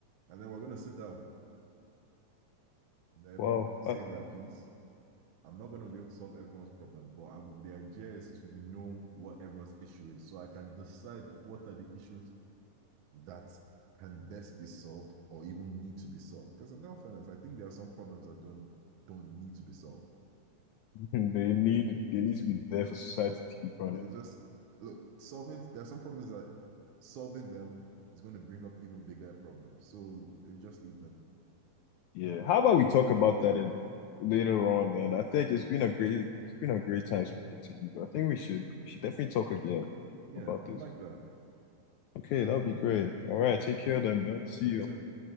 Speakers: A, on the right; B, on the left.
A: And then we're gonna sit down. Everyone
B: wow,
A: say
B: I- wow.
A: their piece. I'm not gonna be able to solve everyone's problem, but I'm, the idea is to know what everyone's issue is, so I can decide what are the issues that can best be solved or even need to be solved. Because in all fairness, I think there are some problems that don't don't need to be solved.
B: <laughs> They need they need to be there for society to keep running.
A: They're just look, solving there are some problems that solving them is going to bring up even bigger problems. So just leave them.
B: Yeah, How about we talk about that in later on, man? I think it's been a great it's been a great time speaking to you. I think we should should definitely talk again
A: Yeah,
B: about
A: I mean,
B: this.
A: like that.
B: Okay, that would be great. All right, take care then, man. See you.
A: You too.